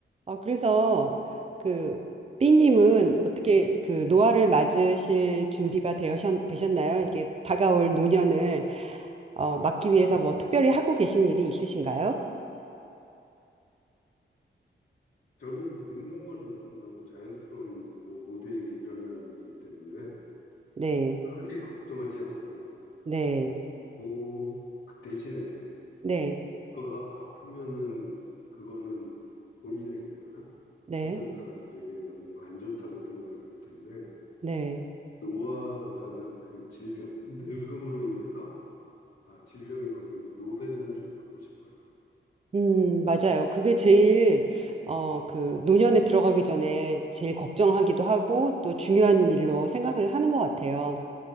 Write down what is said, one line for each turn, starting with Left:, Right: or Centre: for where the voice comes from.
Right: 어, 그래서 그 B님은 어떻게 그 노화를 맞으실 준비가 되셨, 되셨나요? 이렇게 다가올 노년을 어, 막기 위해서 뭐 특별히 하고 계신 일이 있으신가요?
Left: 저는 늙는 거는 너무 자연스러운 일이고 모두에게 일어나는 일이기 때문에
Right: 네,
Left: 크게 걱정하지 않고
Right: 네,
Left: 그리고 그 대신에
Right: 네,
Left: 그거 아프면은 그거는 본인에게나
Right: 네,
Left: 주변 사람들에게 너무 안 좋다고 생각을 하기 때문에
Right: 네.
Left: 노화보다는 그 질병, 늙음으로 인해서 아, 질병에 걸리는 노쇠는 좀 막고 싶어요.
Right: 음, 맞아요. 그게 제일 어, 그 노년에 들어가기 전에 제일 걱정하기도 하고 또 중요한 일로 생각을 하는 것 같아요.